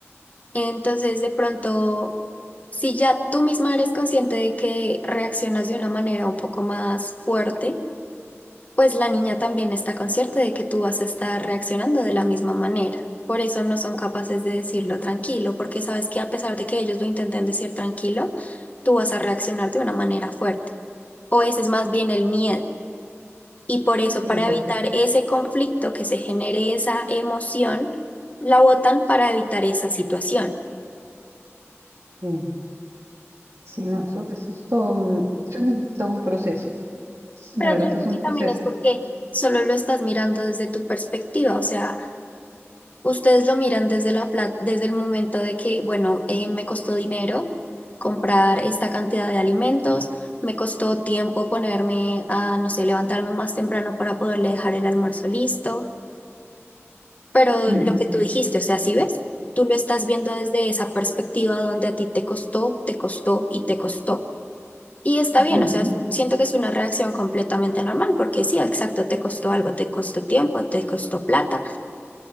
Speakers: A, on the left; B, on the right.
A: Entonces, de pronto, si ya tú misma eres consciente de que reaccionas de una manera un poco más fuerte, pues la niña también está consciente de que tú vas a estar reaccionando de la misma manera. Por eso no son capaces de decirlo tranquilo, porque sabes que a pesar de que ellos lo intenten decir tranquilo, tú vas a reaccionar de una manera fuerte. O ese es más bien el miedo Y por eso,
B: Sí,
A: para
B: yo,
A: evitar ese conflicto que se genere esa emoción, la votan para evitar esa situación.
B: Sí, sí, no, eso, eso es todo un, <clears throat> todo un proceso. la
A: Pero
B: verdad,
A: yo digo
B: todo es un
A: que
B: proceso.
A: también es porque solo lo estás mirando desde tu perspectiva, o sea, ustedes lo miran desde la pla- desde el momento de que, bueno, eh, me costó dinero comprar esta cantidad de alimentos, me costó tiempo ponerme a, no sé, levantarme más temprano para poderle dejar el almuerzo listo. Pero
B: Ujú,
A: lo que tú dijiste, o sea, si ves, tú lo estás viendo desde esa perspectiva donde a ti te costó, te costó y te costó. Y está
B: ujú,
A: bien, o sea, es- siento que es una reacción completamente normal, porque sí, exacto, te costó algo, te costó tiempo, te costó plata,